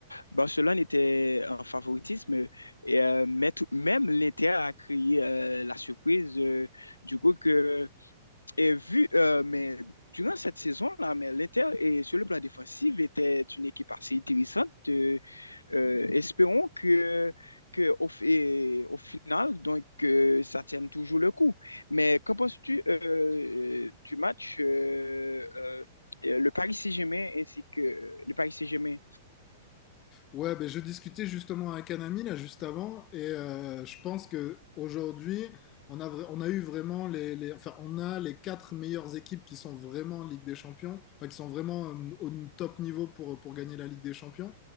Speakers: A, on the left (about 85°); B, on the left (about 30°).
A: Barcelone était en favoritisme, et, euh, mais tout de même, l'Inter a créé euh, la surprise. euh, du coup, que Et vu, euh, mais durant cette saison-là, mais l'Inter, et sur le plan défensif, était une équipe assez intéressante. Euh, euh, espérons que, que au, et au final, donc, euh, ça tienne toujours le coup. Mais qu'en penses-tu euh, du match euh, euh, le Paris Saint-Germain ainsi que le Paris Saint-Germain?
B: Ouais, ben je discutais justement avec un ami là juste avant et euh, je pense que aujourd'hui on a vra- on a eu vraiment les, les- enfin on a les quatre meilleures équipes qui sont vraiment en Ligue des Champions, enfin qui sont vraiment euh, au top niveau pour pour gagner la Ligue des Champions.